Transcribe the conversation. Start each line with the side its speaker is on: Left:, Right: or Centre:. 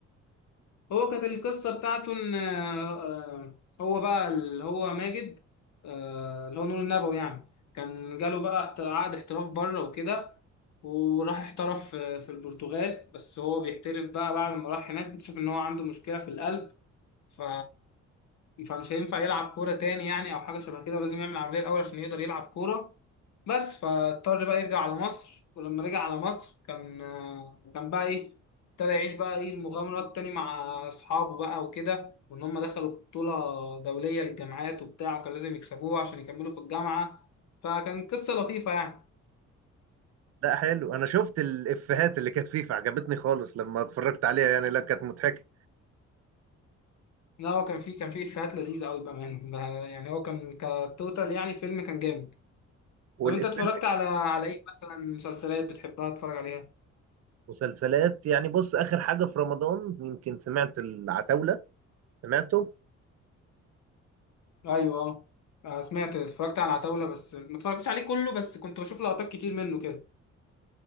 Left: هو كانت القصة بتاعته إن آه، آه، هو بقى اللي هو ماجد آه، اللي هو نور النبوي يعني كان جاله بقى احت- عقد احتراف بره وكده وراح احترف في في البرتغال بس هو بيحترف بقى بعد ما راح هناك اكتشف إن هو عنده مشكلة في القلب ف فمش هينفع يلعب كورة تاني يعني أو حاجة شبه كده ولازم يعمل عملية الأول عشان يقدر يلعب كورة بس فاضطر بقى يرجع على مصر ولما رجع على مصر كان كان بقى إيه ابتدى يعيش بقى إيه المغامرات تاني مع أصحابه بقى وكده وإن هم دخلوا بطولة دولية للجامعات وبتاع وكان لازم يكسبوها عشان يكملوا في الجامعة فكان قصة لطيفة يعني
Right: لا حلو انا شفت الافيهات اللي كانت فيه فعجبتني خالص لما اتفرجت عليها يعني لا كانت مضحكة
Left: لا هو كان فيه كان فيه إفيهات لذيذة أوي بأمانة ده يعني هو كان كتوتال يعني فيلم كان جامد
Right: والافيه
Left: طب انت اتفرجت
Right: اللي في
Left: على على ايه مثلا مسلسلات بتحبها تتفرج عليها
Right: المسلسلات يعني بص اخر حاجة في رمضان يمكن سمعت العتاولة سمعته
Left: ايوه اه آه، سمعت اتفرجت على العتاولة بس ما اتفرجتش عليه كله بس كنت بشوف لقطات كتير منه كده